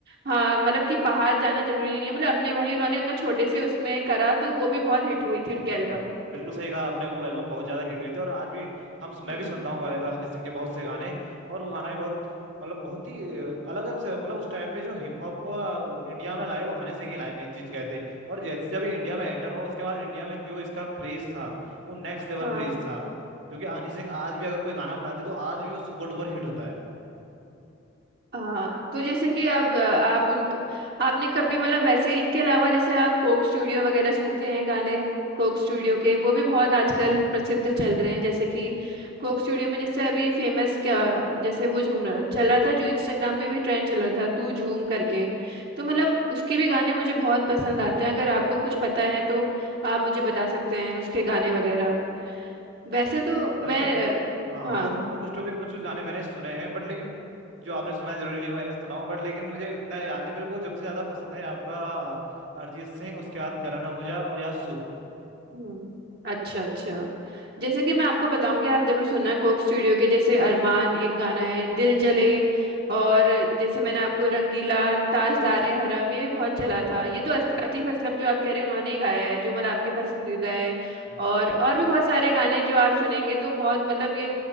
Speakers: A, on the right (about 55°); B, on the right (about 70°).
A: हाँ मतलब कि बाहर जाना जरूरी नहीं है मतलब अपने वहीं उन्होंने उतना छोटे से उसमें करा तो वो भी बहुत हिट हुई थी उनके एल्बम
B: हाँ बिल्कुल सही कहा आपने वो एल्बम बहुत ज्यादा हिट हुई थी और आज भी हम मैं
A: हम्म,
B: भी सुनता हूँ गायदा हनी सिंह के बहुत से गाने और वो गाना भी बहुत मतलब बहुत ही अलग अलग से- मतलब उस टाइम पे जो हिप हॉप को अ, इंडिया में लाए वो हनी सिंह ही लाए मेन चीज कहते और जैसे जब ये इंडिया में एंटर हुआ उसके बाद इंडिया में जो इसका क्रेज था वो नेक्स्ट लेवल
A: हाँ
B: क्रेज था जो कि हनी सिंह आज भी अगर कोई गाना बनाते तो आज भी वो सुपर डुपर हिट होता है
A: हाँ तो जैसे कि अब अ, आप उन आपने कभी मतलब वैसे इनके अलावा जैसे आप कोक स्टूडियो वगैरह सुनते हैं गाने कोक स्टूडियो के वो भी बहुत आजकल प्रसिद्ध चल रहे हैं जैसे कि कोक स्टूडियो में जैसे अभी फेमस क्या जैसे वो झूम रहा चल रहा था जो इंस्टाग्राम में भी ट्रेंड चल रहा था तू झूम करके तो मतलब उसके भी गाने मुझे बहुत पसंद आते हैं अगर आपको कुछ पता है तो आप मुझे बता सकते हैं उसके गाने वगैरह वैसे तो
B: दरअसल
A: मैं अ,
B: हाँ
A: हाँ
B: कोक कोक स्टू के कुछ कुछ गाने मैंने सुने हैं बट लेकिन जो आपने सुना है जरूरी नहीं वो मैंने सुना हो बट लेकिन मुझे इतना याद नहीं मेरे को जब से ज्यादा पसंद है आपका अरिजीत सिंह उसके बाद करण आहूजा और याद सूप
A: हम्म अच्छा अच्छा जैसे कि मैं आपको बताऊंगी आप जरूर सुनना कोक स्टूडियो के जैसे अरमान एक गाना है दिल जले और जैसे मैंने आपको रंगीला ताजदारे हरम ये भी बहुत चला था ये तो अस- आतिफ असलम जो आप कह रहे हैं उन्होंने ही गाया है जो मतलब आपके पसंदीदा है
B: हाँ,
A: और और भी बहुत सारे गाने हैं जो आप सुनेंगे तो बहुत मतलब ये